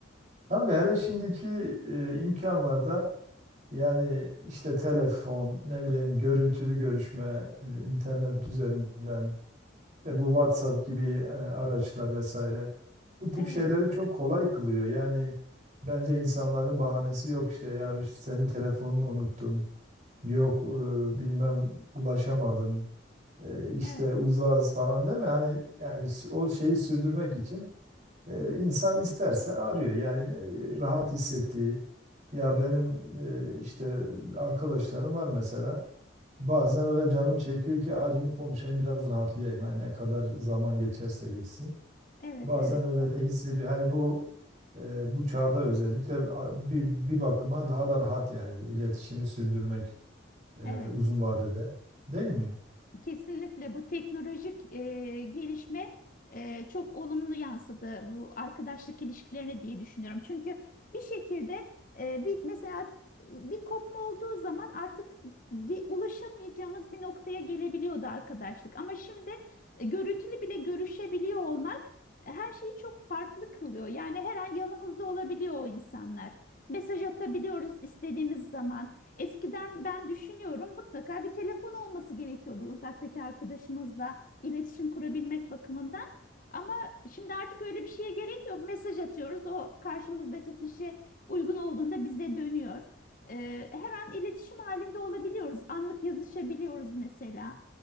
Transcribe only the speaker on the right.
Tabii hele şimdiki e, imkanlarda yani işte telefon, ne bileyim görüntülü görüşme, e, internet üzerinden İşte bu WhatsApp gibi e, araçlar vesaire. Bu tip
şeyleri çok kolay kılıyor. Yani bence insanların bahanesi yok işte ya işte senin telefonunu unuttum. Yok e, bilmem ulaşamadım. E, işte
uzağız falan değil mi? Hani yani sü- o şeyi sürdürmek için e, insan isterse arıyor. Yani e, rahat hissettiği ya benim e, işte arkadaşlarım var mesela. Bazen öyle canım çekiyor ki arayayım konuşayım biraz rahatlayayım. Hani ne kadar zaman geçerse geçsin.
Bazen
öyle de hissediyor. Hani bu e, bu çağda özellikle a- bir, bir bakıma daha da rahat yani iletişimi sürdürmek e,
uzun vadede. Değil mi?